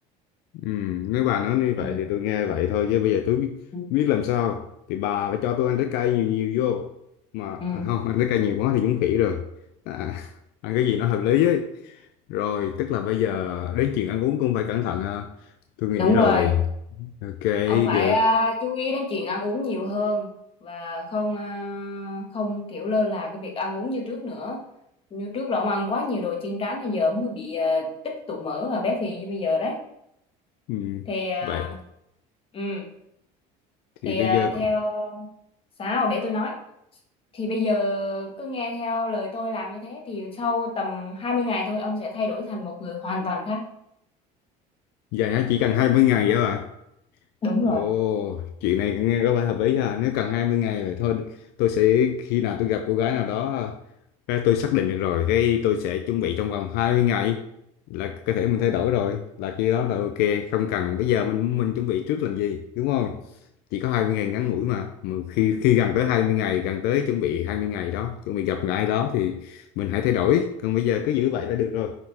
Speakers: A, on the left; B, on the left.
A: ừ, nếu bà nói như
B: ừ.
A: vậy thì tôi nghe vậy thôi chứ bây giờ tôi biết,
B: ừ.
A: biết làm sao thì bà phải cho tôi ăn trái cây nhiều nhiều vô mà
B: Ừ,
A: à, không ăn trái cây nhiều quá thì giống khỉ rồi à, <laughs> ăn cái gì nó hợp lý ấy rồi tức là bây giờ đến chuyện ăn uống cũng phải cẩn thận ha tôi nghĩ
B: đúng
A: rồi
B: rồi
A: ok
B: ông phải
A: được
B: à, chú ý đến chuyện ăn uống nhiều hơn và không à, không kiểu lơ là cái việc ăn uống như trước nữa như trước là ông ăn quá nhiều đồ chiên rán nên giờ ông mới bị à, tích tụ mỡ và béo phì như bây giờ đấy
A: ừ.
B: thì à,
A: vậy
B: ừ
A: thì
B: thì
A: bây
B: à,
A: giờ
B: theo
A: cũng
B: sao để tôi nói thì bây giờ cứ nghe theo lời tôi làm như thế thì sau tầm 20 ngày thôi ông sẽ thay đổi thành một người hoàn toàn khác
A: dài hả chỉ cần 20 ngày hả bà
B: đúng
A: ồ
B: rồi
A: chuyện này nghe có vẻ hợp lý ha nếu cần 20 ngày vậy thôi tôi sẽ khi nào tôi gặp cô gái nào đó ờ, cái tôi xác định được rồi cái tôi sẽ chuẩn bị trong vòng 20 ngày là cơ thể mình thay đổi rồi là khi đó là ok không cần bây giờ mình mình chuẩn bị trước làm gì đúng không chỉ có 20 ngày ngắn ngủi mà Mà khi khi gần tới hai mươi ngày gần tới chuẩn bị 20 ngày đó chuẩn bị gặp người ai đó thì mình hãy thay đổi còn bây giờ cứ giữ vậy là được rồi